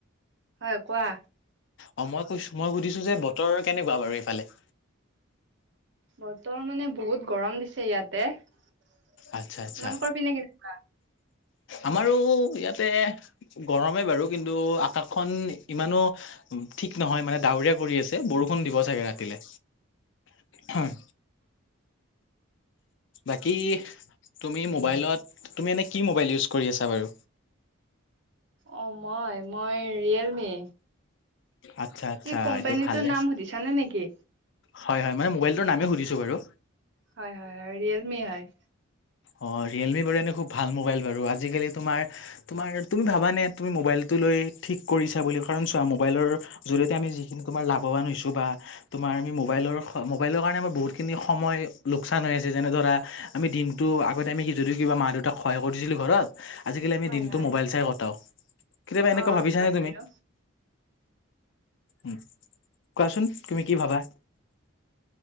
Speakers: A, on the right; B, on the left.
A: হয় কোৱা
B: অ মই কৈছো মই সুধিছো যে বতৰ কেনেকুৱা বাৰু এইফালে
A: বতৰ মানে বহুত গৰম দিছে ইয়াতে তোমালোকৰ
B: আচ্ছা আচ্ছা
A: পিনে কেনেুৱা
B: আমাৰো ইয়াতে গৰমেই বাৰু কিন্তু আকাশখন ইমানো ঠিক নহয় মানে ডাৱৰীয়া কৰি আছে বৰষুণ দিব চাগে ৰাতিলে হয় বাকী তুমি মোবাইলত তুমি এনে কি মোবাইল ইউজ কৰি আছা বাৰু
A: অ মই মই ৰিয়েলমি
B: আচ্ছা আচ্ছা
A: কি কোম্পানীটোৰ
B: এইটো ভালে
A: নাম সুধিছানে নেকি
B: হয় হয় মানে মবল নামে সুধিছো বাৰু
A: হয় হয় ৰিয়েলমি হয়
B: অ ৰিয়েলমি বাৰু এনে খুব ভাল মোবাইল বাৰু আজালিমাৰমাৰ তুমি ভাবা নে তুি মাইল চ মলৰ জতে আমি যিখিনমাৰ লাভান হৈছো বা তমাৰ আমি মোবাইলৰ মোবাইলৰ কাৰণে আমাৰ বহুতখিনি সময় লোকচান হৈ আছে যেনে ধৰা আমি দিন ত আগতে আমি কি যদি কিবা মা দেউতাক সহায় কৰি দিছিলো ঘৰত আজিকালি আমি
A: হয়
B: দিনটো
A: হয়
B: মোবাইল চাই কটাও, কেতিয়াবা
A: অ
B: এনেকুৱা ভাবিছানে
A: হয়
B: তুমি?
A: বাৰু
B: উম, কোৱাচোন তুমি কি ভাবা?